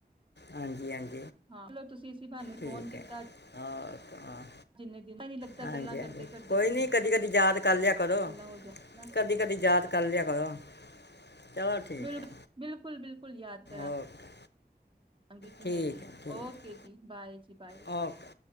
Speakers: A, on the left (about 80°); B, on the right (about 30°).
A: ਹਾਂਜੀ- ਹਾਂਜੀ।
B: ਹਾਂ ਚਲੋ ਤੁਸੀਂ ਇਸੀਂ ਭਹਾਣੇ ਫੋਨ
A: ਠੀਕ
B: ਕੀਤਾ
A: ਹੈ ਓਕੇ, ਹਾਂ,
B: ਜਿੰਨੇ ਪਤਾ ਨੀ ਲੱਗਦਾ
A: ਹਾਂਜੀ
B: ਗੱਲਾਂ
A: ਹਾਂਜੀ
B: ਕਰਦੇ-ਕਰਦੇ
A: ਕੋਈ
B: ਕਿੰਨੀ
A: ਨਹੀਂ <unintelligible> ਕਰ ਲਿਆ ਕਰੋ।
B: ਗੱਲਾਂ ਹੋ ਜਾਣ ਹਨਾ
A: ਕਦੀ-ਕਦੀ ਯਾਦ ਕਰ ਲਿਆ ਕਰੋ। ਚਲੋ ਠੀਕ
B: ਬਿਲਕੁਲ-ਬਿਲਕੁਲ-
A: ਹੈ
B: ਬਿਲਕੁਲ ਯ <unintelligible>
A: ਓਕੇ
B: ਹਾਂਜੀ
A: ਠੀਕ
B: ਮੈਂ ਜੀ
A: ਹੈ ਠੀਕ
B: ਓਕੇ ਜੀ ਬਾਏ। ਬਾਏ।
A: ਓਕੇ